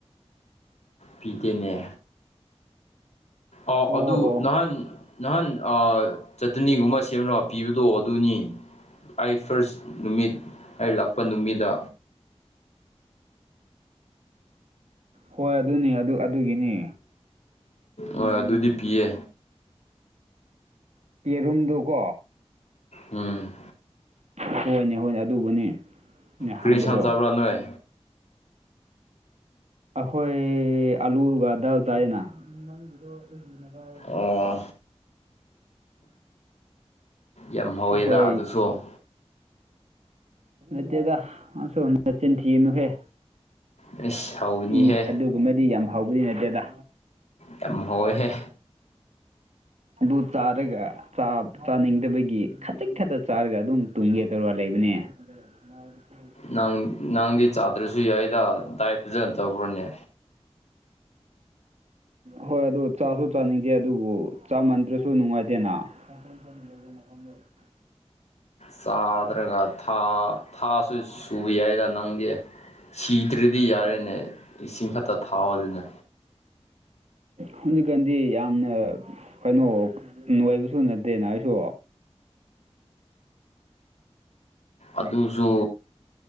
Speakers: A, on the left (about 75°); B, on the right (about 80°).
A: ꯄꯤꯗꯦꯅꯦ ꯑꯥꯎ
B: ꯑꯣ
A: ꯑꯗꯨ
B: ꯑꯣ
A: ꯅꯍꯥꯟ ꯅꯍꯥꯟ ꯑ ꯆꯇꯅꯤꯒꯨꯝꯕ ꯁꯦꯝꯔꯥꯒ ꯄꯤꯕꯗꯣ ꯑꯗꯨꯅꯤ ꯑꯩ ꯐꯥꯔꯁ ꯅꯨꯃꯤꯠ ꯑꯩ ꯂꯥꯛꯄ ꯅꯨꯃꯤꯗ
B: ꯍꯣꯏ ꯑꯗꯨꯅꯤ ꯑꯗꯨ ꯑꯗꯨꯒꯤꯅꯤ
A: ꯍꯣꯏ ꯑꯗꯨꯗꯤ ꯄꯤꯌꯦ
B: ꯌꯦꯔꯨꯝꯗꯨꯀꯣ
A: ꯎꯝ
B: ꯍꯣꯏꯅꯦ ꯍꯣꯏꯅꯦ ꯑꯗꯨꯕꯨꯅꯤ ꯅ
A: ꯀ꯭ꯔꯤꯁꯥꯟ
B: ꯍꯪꯕꯗꯣ
A: ꯆꯥꯕ꯭ꯔꯥ ꯅꯣꯏꯦ
B: ꯑꯩꯈꯣꯏ ꯑꯂꯨꯒꯗ ꯆꯥꯏꯌꯦꯅ <unintelligible>
A: ꯑꯣ ꯌꯥꯝ ꯍꯧꯋꯦꯗ
B: ꯑꯩꯈꯣꯏ
A: ꯑꯗꯨꯁꯨ
B: ꯅꯠꯇꯦꯗ ꯑꯁꯨ ꯃꯆꯤꯟ ꯊꯤꯅꯨꯍꯦ
A: ꯑꯩꯁ ꯍꯥꯎꯕꯅꯤꯍꯦ
B: ꯏ ꯑꯗꯨ ꯨꯝꯕꯗꯤ ꯌꯥꯝ ꯍꯥꯎꯕꯗꯤ ꯅꯠꯇꯦꯗ
A: ꯌꯥꯝ ꯍꯣꯏꯍꯦ
B: ꯑꯗꯨ ꯇꯥꯔꯒ ꯆꯥꯅꯤꯡꯗꯕꯒꯤ ꯈꯖꯤꯛ ꯈꯛꯇ ꯆꯥꯔꯒ ꯑꯗꯨꯝ ꯇꯨꯝꯒꯦ ꯇꯧꯔ ꯂꯩꯕꯅꯦ <unintelligible>
A: ꯅꯪ ꯅꯪꯗꯤ ꯆꯥꯗ꯭ꯔꯁꯨ ꯌꯥꯏꯗ ꯗꯥꯏ ꯐꯖꯅ ꯇꯧꯈ꯭ꯔꯣꯅꯤ
B: ꯍꯣꯏ ꯑꯗꯨ ꯆꯥꯁꯨ ꯆꯥꯅꯤꯡꯗꯦ ꯑꯗꯨꯕꯨ ꯆꯥꯃꯟꯗ꯭ꯔꯁꯨ ꯅꯨꯡꯉꯥꯏꯇꯦꯅ <unintelligible>
A: ꯆꯥꯗ꯭ꯔꯒꯥ ꯊꯥꯁꯨ ꯁꯨꯕ ꯌꯥꯏꯗ ꯅꯪꯗꯤ ꯁꯤꯗ꯭ꯔꯗꯤ ꯌꯥꯔꯦꯅꯦ ꯏꯁꯤꯡ ꯈꯛꯇ ꯊꯥꯎꯗꯅꯦ
B: ꯎꯝ ꯍꯧꯖꯤꯛꯀꯥꯟꯗꯤ ꯌꯥꯝꯅ ꯀꯩꯅꯣ ꯣꯏꯥꯏꯕꯁꯨ ꯅꯠꯇꯦꯅ ꯑꯩꯁꯨ
A: ꯑꯗꯨꯁꯨ